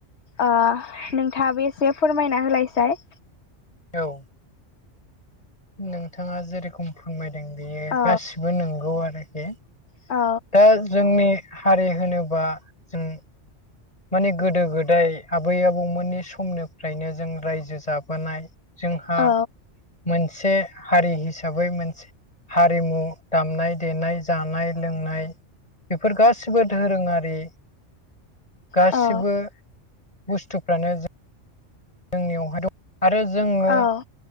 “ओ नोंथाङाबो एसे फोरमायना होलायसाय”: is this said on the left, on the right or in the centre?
Left